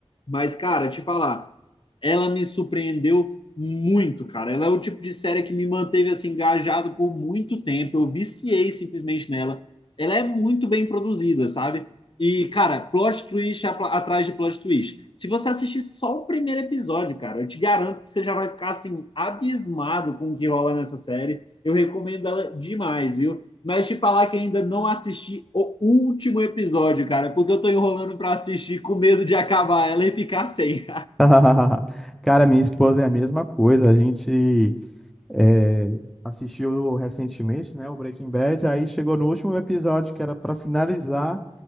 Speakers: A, on the left; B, in the centre.
A: Mas, cara, te falar, ela me surpreendeu muito, cara. Ela é o tipo de série que me manteve assim engajado por muito tempo. Eu viciei simplesmente nela. Ela é muito bem produzida, sabe? E, cara, plot twist apla- atrás de plot twist. Se você assistir só o primeiro episódio, cara, eu te garanto que você já vai ficar, assim, abismado com o que rola nessa série. Eu recomendo ela demais, viu? mas te falar que ainda não assisti o último episódio, cara, porque eu tô enrolando pra assistir com medo de acabar ela e ficar sem.
B: <laughs> Cara, minha esposa é a mesma coisa. A gente eh, assistiu recentemente, né, o Breaking Bad. Aí chegou no último episódio que era pra finalizar,